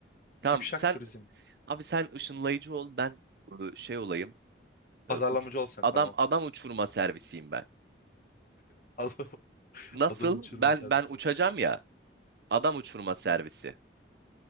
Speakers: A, on the right (about 60°); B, on the left (about 45°).
A: Tamam
B: Şipşak
A: sen
B: turizm.
A: abi sen ışınlayıcı ol ben e, şey olayım.
B: Pazarlamacı
A: E, uç
B: ol sen
A: adam
B: tamam.
A: adam uçurma servisiyim ben.
B: Al. <laughs>
A: Nasıl?
B: Adam uçurma
A: Ben
B: servisi.
A: ben uçacağım ya. Adam uçurma servisi.
B: Tamam.